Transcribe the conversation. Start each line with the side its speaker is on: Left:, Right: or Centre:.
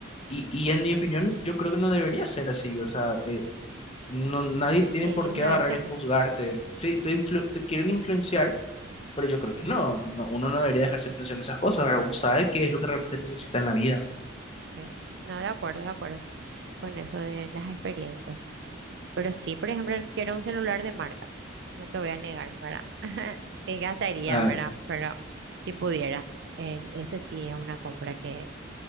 Left: Y, y en mi opinión, yo creo que no debería ser así. O sea, eh, no, nadie tiene
Right: sí,
Left: por
Right: influencia
Left: qué agarrar y
Right: mucho,
Left: juzgarte. Sí, te, influ- te quieren influenciar pero yo creo que no, no, uno no debería dejarse influenciar en esas cosas, ¿verdad? Uno sabe qué es lo que realmente necesita en la vida.
Right: sí. No, de acuerdo, de acuerdo con eso de las experiencias. Pero sí, por ejemplo, quiero un celular de marca. No te voy a negar, ¿verdad? <laughs> Sí, gastaría,
Left: Ah,
Right: ¿verdad? Pero si pudiera, el- ese sí es una compra que